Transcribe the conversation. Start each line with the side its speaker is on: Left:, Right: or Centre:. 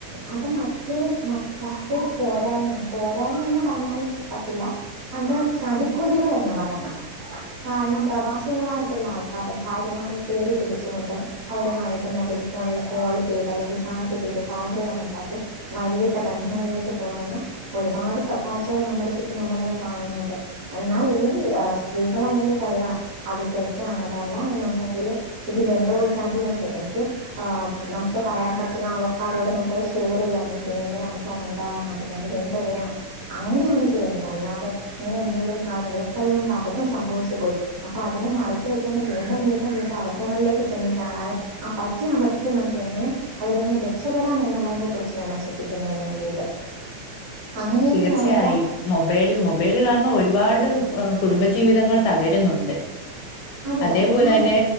Right: അത് മറ്റൊരു മ മറ്റൊരു പോരായ്മയാണ് പോരായ്മയന്ന് പറഞ്ഞാലും പറ്റില്ല അത് ചതിക്കുഴികൾ എന്ന് പറയണം കാരണം പ്രവാസികളായി ആൾക്കാരുടെ ഭാര്യമാരെ തേടി പിടിച്ചുകൊണ്ട് അവരുമായിട്ട് മൊബൈൽ ഫോണിൽ കോൾ ചെയ്ത് അല്ലെങ്കിൽ ചാ- ചാറ്റ് ചെയ്ത് സൗഹൃദം ഉണ്ടാക്കി വഴിവിട്ട ബന്ധങ്ങളിലേക്ക് പോകുന്ന ഒരുപാട് കാഴ്ചകൾ നമ്മുടെ ചുറ്റും നമ്മളിന്ന് കാണുന്നുണ്ട് എന്നാൽ ഈ സ്ത്രീകൾ അല്ലെങ്കിൽ കരുതണം അത് തെറ്റാണ് അതല്ല എന്നുണ്ടെങ്കിൽ ഇതിൽ എന്തോ ചതി ഉണ്ട് എനിക്ക് നമുക്ക് പറയാൻ പറ്റുന്ന ആളക്കാരോട് നമുക്കത് ഷെയർ ചെയ്യാം എനിക്ക് ഇങ്ങനെ ഒരു അനുഭവം ഉണ്ടാവുന്നുണ്ട് ഞാനത് എന്ത് വേണം അങ്ങനെയാണ് ചെയ്യേണ്ടത് അല്ലാതെ ഇങ്ങനെ എന്തെങ്കിലും ഒരു കാര്യം കയ്യിൽ നിന്നൊരു അബദ്ധം സംഭവിച്ചു പോയി അപ്പൊ അത് അതിനെ മറിച്ച വെക്കണ്ട വീണ്ടും വീണ്ടും വീണ്ടും അബധങ്ങളിലേക്ക് ചെന്ന് ചാടാതെ ആ പറ്റിയ അബദ്ധത്തെ നമുക്ക് എങ്ങനെ അതിൽ നിന്നും രക്ഷപപ്പെടാം എന്നുള്ളതിനെ കുറിച്ച് വേണം ചിന്തിക്കുന്നതിന് വേണ്ടിയിട്ട് അങ്ങനെയൊക്കെ
Left: തീർച്ചയായും
Right: ആകുമ്പോൾ
Left: മൊബൈൽ മൊബൈല് കാരണം ഒരു ഒരുപാട് കുടുംബജീവിതങ്ങൾ തകരുന്നുണ്ട്
Right: അതെ
Left: അതേപോലെ
Right: ഒരുപാട്
Left: തന്നെ